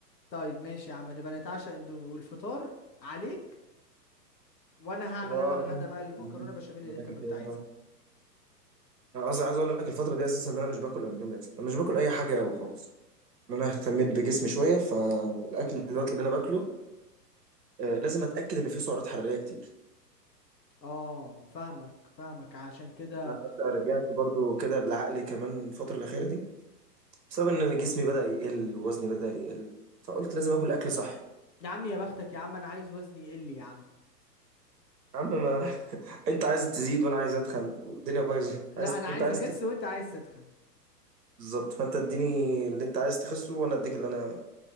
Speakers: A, on the left (about 85°); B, on the right (about 70°).
A: طيب ماشي يا عم نبقى نتعشى اندومي والفطار عليك وانا هعمل
B: اه
A: انا الغدا
B: ماشي
A: بقى المكرونه
B: ماشي.
A: بشاميل
B: بدل
A: اللي انت كنت
B: كده
A: عايزها
B: كمان انا اصلا عايز اقول لك الفتره دي اساسا ان انا مش باكل اندومي اصلا انا مش باكل اي حاجه وخلاص ان انا اهتميت بجسمي شويه فالاكل دلوقتي اللي انا باكله آه، لازم اتاكد ان فيه سعرات حراريه كتير
A: اه فاهمك فاهمك عشان كده
B: انا حتى رجعت برضو كده لعقلي كمان الفتره الاخيره دي بسبب ان جسمي بدا يقل ووزني بدا يقل فقلت لازم اكل اكل صحي
A: يا عم يا بختك يا عم انا عايز وزني يقل يا عم
B: يا عم ما <laughs> انت عايز تزيد وانا عايز اتخن والدنيا بايظه
A: لا
B: عايز
A: انا
B: انت
A: عايز
B: عايز
A: اخس وانت عايز تتخن
B: بالظبط فانت اديني اللي انت عايز تخسه وانا اديك اللي انا